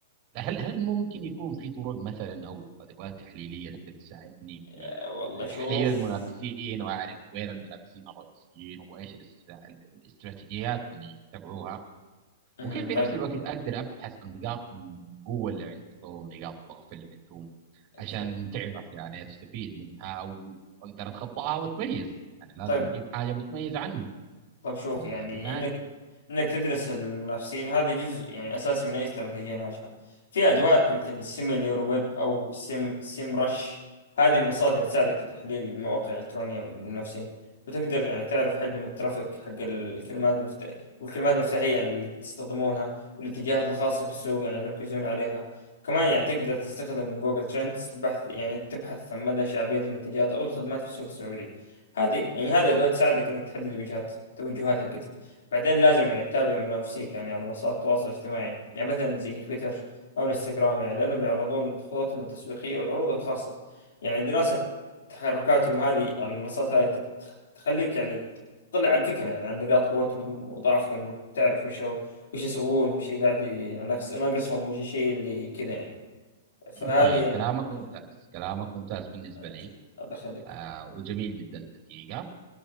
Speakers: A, on the right (about 40°); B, on the left (about 75°).
A: هل هل ممكن يكون في طرق مثلا أو أدوات تحليلية تقدر تساعدني في
B: آه، والله شوف
A: تحليل المنافسين وأعرف وين المنافسين الرئيسيين وإيش الاست- الاستراتيجيات اللي يتبعوها
B: مهم.
A: وكيف في
B: طيب
A: نفس الوقت اقدر ابحث عن نقاط القوه اللي عندهم نقاط الضعف اللي عندهم عشان
B: أوكي
A: تعرف يعني استفيد منها واقدر اتخطاها واتميز يعني لازم
B: طيب
A: اجيب حاجه متميز عنهم
B: طب شوف
A: فما
B: يعني انك انك تدرس المنافسين هذا جزء يعني اساسي من اي استراتيجيه ناجحه في ادوات مثل سيميلير ويب او سيم سيم رش هذه منصات يعني تساعدك في تحليل المواقع الالكترونيه من المنافسين وتقدر يعني تعرف حجم الترافيك حق الكلمات المفتاحية والكلمات المفتاحيه يعني اللي تستخدمونها والاتجاهات الخاصه في السوق يعني يركزون عليها كمان يعني تقدر تستخدم جوجل ترندز بحث يعني تبحث عن مدى شعبيه المنتجات او الخدمات في السوق السعودي هذه يعني هذه ادوات تساعدك انك تحدد الوجهات التوجهات حقتك بعدين لازم يعني تتابع منافسيك يعني على منصات التواصل الاجتماعي يعني مثلا زي تويتر او انستغرام يعني لانهم يعرضون خططهم التسويقيه والعروض الخاصه يعني دراسه تحركاتهم هذه على المنصات هذه تخ- تخليك يعني تطلع على الفكره يعني عن نقاط قوتهم وضعفهم وتعرف وش هو- وش يسوون وش قاعد ي- يعني ناقص- ناقصهم وش الشيء اللي كذا يعني فهذه
A: طيب
B: يعني
A: كلامك
B: اوكي
A: ممتاز كلامك ممتاز بالنسبه
B: اوكي
A: لي
B: الله يخليك
A: آه وجميل جدا حقيقه